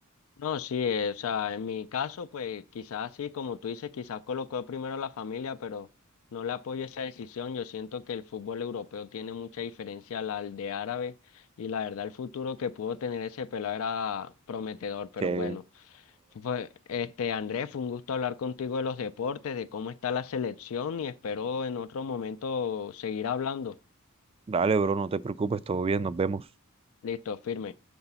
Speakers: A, on the left; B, on the right.
A: No, sí, eh, o sea, en mi caso, pues quizás sí, como tú dices, quizás colocó primero la familia, pero no le apoyo esa decisión. Yo siento que el fútbol europeo tiene mucha diferencia al al de árabe y la verdad el futuro que pudo tener ese pelado era prometedor, pero
B: que,
A: bueno. Fue, este, Andrés, fue un gusto hablar contigo de los deportes, de cómo está la selección y espero en otro momento seguir hablando.
B: Dale, bro, no te preocupes, todo bien, nos vemos.
A: Listo, firme.